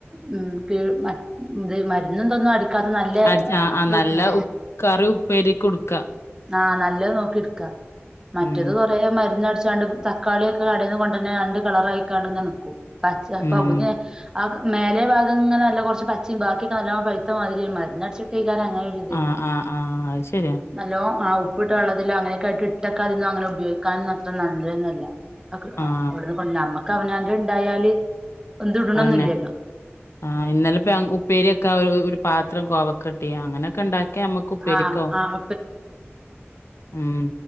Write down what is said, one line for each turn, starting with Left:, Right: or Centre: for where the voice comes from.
Right: ഉം കീഴ് ഇത് മരുന്നൊന്നും അടിക്കാത്ത നല്ല
Left: അടി ആഹ് അഹ്
Right: ഇതൊക്കെയാ
Left: നല്ല ഉപ്പ് കറി ഉപ്പേരി ഉടുക്കാ
Right: ആഹ് നല്ലത് നോക്കി ഇട്ക്കാ മറ്റത്
Left: ഉം
Right: കൊറെ മരുന്ന് അടിച്ച് ങ്ങാണ്ട് തക്കാളിയൊക്കെ കടേന്ന് കൊണ്ടര്ന്ന് രണ്ട് കളറായിക്കാണ് നിക്കും പച്ച
Left: ഉം
Right: പകുതി ആഹ് മേലെ ഭാഗങ്ങനെ നല്ലകൊറച് പച്ചിം ബാക്കിയൊക്കെ നല്ലോ പഴുത്ത മാതിരി മരുന്ന് അടച്ചിട്ടിക്കാരം അങ്ങനൊരു
Left: ആഹ് ആഹ് അത് ശരിയ
Right: നല്ലോ ആഹ് ഉപ്പിട്ട് വള്ളത്തില് അങ്ങനൊക്കെ ആയിട്ട് ഇട്ടൊക്കെ അതിന്നും അങ്ങനെ ഉപയോഗിക്കാനും അത്ര നല്ലതന്നല്ല അവിടുന്ന്
Left: ആഹ്
Right: കൊ നമ്മക്ക് അവനാൻ്റെ ഇണ്ടായാല് എന്ത് ഇട ട്ണൊന്നില്ലല്ലോ
Left: അന്നെ ആഹ് ഇന്നലെ ഉപ്പേരി വെക്കാ ഒരു പാത്രം കോവക്ക കിട്ടി അങ്ങനെയൊക്കെ ഇണ്ടാക്കി ഒക്കെ നമ്മക്ക് ഉപ്പേരിക്കോ
Right: ആഹ് ആഹ്
Left: ഉം